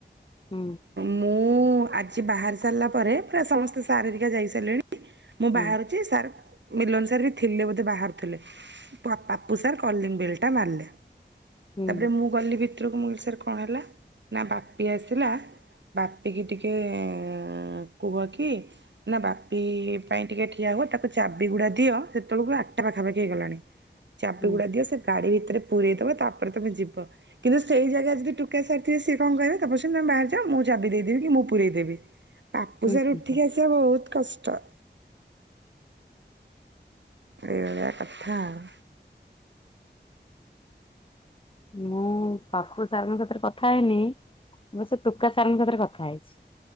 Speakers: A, on the left; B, on the right.
A: ହୁଁ।
B: ମୁଁ ଆଜି ବାହାରି ସାରିଲା ପରେ, ପୁରା ସମସ୍ତେ ସାର୍ ଘରିକା ଯାଇସାରିଲେଣି। ମୁଁ ବାହାରୁଚି
A: ହୁଁ
B: ସାର୍ ମିଲନ ସାର୍ ବି ଥିଲେ ବୋଧେ ବାହାରୁଥୁଲେ। ପ ପାପୁ ସାର୍ କଲିଙ୍ଗବେଲ୍ ଟା ମାଲେ,
A: ହୁଁ
B: ତାପରେ ମୁଁ ଗଲି ଭିତୁରୁକୁ ମୁଁ କଇଲି ସାର୍ କଣ ହେଲା, ନା ବାପି ଆସିଥିଲା ବାପିିକି ଟିକେ ଅଁ କୁହ କି? ନା ବାପି ପାଇଁ ଟିକେ ଠିଆ ହୁଅ ତାକୁ ଚାବି ଗୁଡ଼ା ଦିଅ, ସେତେଏଳୁକୁ ଆଟ୍ ଟା ପାଖାପାଖି ହେଇଗଲାଣି। ଚାପି
A: ହୁଁ
B: ଗୁଡା ଦିଅ ସେ ଗାଡି ଭିତରେ ପୁରେଇ ଦବ, ତାପରେ ତମେ ଯିବ। କିନ୍ତୁ ସେଇ ଜାଗା ରେ ଯଦି ଟୁକା ସାର୍ ଥିବେ, ସିଏ କଅଁ କହିବେ ତପସ୍ୱୁନୀ ତମେ ବାହାରି ଯାଅ, ମୁଁ ଚାବି ଦେଇଦେବି, କି ମୁଁ ପୁରୀଇ ଦେବି।
A: <inaudible>
B: ପାପୁ ସାର୍
A: ହୁଁ
B: ଉଠିକି ଆସିବା ବୋହୁତ୍ କଷ୍ଟ। ଏଇବଳିଆ କଥା ଆଉ।
A: ମୁଁ ପାଖୁ ସାର୍ ଙ୍କ ସହିତ କଥା ହେଇନି, ମୁ ସେ ତୁକା ସାର୍ ଙ୍କ ସାଥିରେ କଥା ହେଇଛି।